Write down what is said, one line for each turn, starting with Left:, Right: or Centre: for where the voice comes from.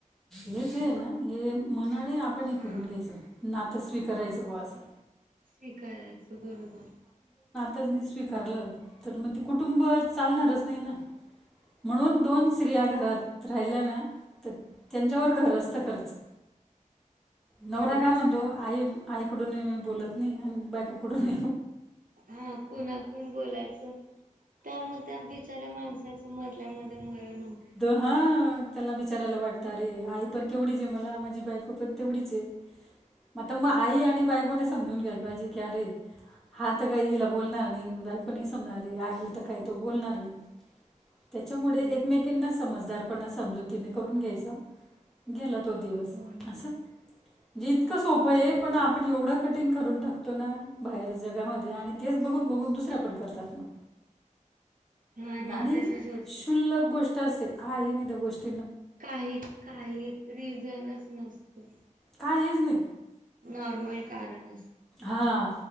Centre: हे जे आहे ना हे मना आणि आपण हे
Right: हा
Centre: करून घ्यायचं नात स्वीकारायचं बुवा असं.
Right: स्वीकारायचं बरोबर
Centre: ता स्वीकारलं तर मग ते कुटुंब चालणारच नाही ना. म्हणून दोन
Right: हम्म
Centre: स्त्रिया घरात राहिल्या ना त्यां. तोवर घर असतं खरंच. नवरा
Right: खरंच
Centre: काय म्हणतो आई आईकडून बोलत नाही आणि बायकोकडून.
Right: हा कोणाकून बोलायचं त्या म्हणता मग. बचऱ्या माणसाच मधल्यामध्ये मरन.
Centre: दो हा त्याला बिचारायला वाटतं अरे आई पण तेवढीच. मला माझी बायको पण तेवढीच आता मला आई आणि बायको. समजून घ्यायला पाहिजेअरे! हा तर काय हिला बोलणार नाही बायकणी समजणार आईल तर काही तो बोलणार नाही. त्याच्यामुळे
Right: हो
Centre: एकमेकांना समजदारपणा समजुतीने करून घ्यायच. गेला तो दिवस
Right: हो ना
Centre: अस म्हणजे इतकं सोपं आहे
Right: हो
Centre: पण आपण एवढं कठीण करून. टाकतो ना बाहेर जगामध्ये आणि तेच बघून बघून दुसर्या पण करतात मग.
Right: हा ना
Centre: आणि
Right: तसच होत.
Centre: क्षुल्लक गोष्ट असते काही नाही गोष्ट.
Right: काही काही रिझनच नसतो.
Centre: काहीच नाही
Right: नॉर्मल कारण अस.
Centre: हां.